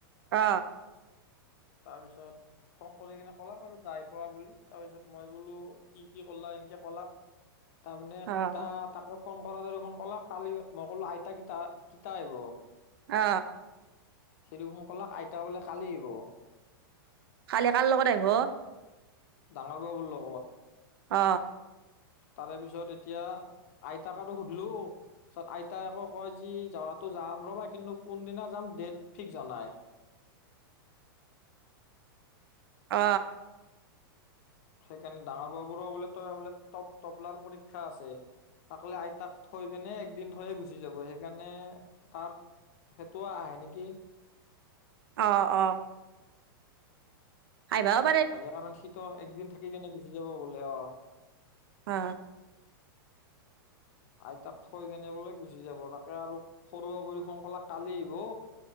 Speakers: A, on the right (about 75°); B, on the left (about 40°).
A: অ
B: তাপিছত ফোন কৰি কিনে ক'লাক আৰু যাই পোৱা বুলি তাৰপিছত মই বোলো কি কি ক'লা <unintelligible> ক'লাক তামানে
A: অ
B: ইতা
A: অ
B: তাকে ফোন <unintelligible> <unintelligible> ফোন কৰলাক কালি মই ক'লো আই <unintelligible> কিতা আহিব?
A: অ
B: সি <unintelligible> কলাক আইতা বোলে কালি আহিব
A: কালি <unintelligible> লগত আহিব?
B: ডাঙৰ বাবুৰ লগত
A: অ
B: তাৰে পিছত এতিয়া আইতাক আৰু সুধলো <unintelligible> আইতাই আকৌ কয় যি যোৱাটো যাম ৰ'বা কিন্তু কোনদিনা যাম ডেট ফিক্স হোৱা নাই
A: অ
B: সেইকাৰণে ডাঙৰ বাবুৰো বোলে <unintelligible> বোলে তপ- তপলাৰ পৰীক্ষা আছে <unintelligible> আইতাক থৈ কেনে একদিন থৈয়ে গুচি যাব সেইকাৰণে <unintelligible> সেইটোও আহে নেকি
A: অ অ <unintelligible>
B: <unintelligible> কাৰণ সিটো একদিন থাকি কেনে গুচি যাব বোলে অ
A: অ
B: আইতাক থৈ কেনে বোলে গুচি যাব তাকে আৰু সৰু বাবু <unintelligible> <unintelligible> কালি আইভো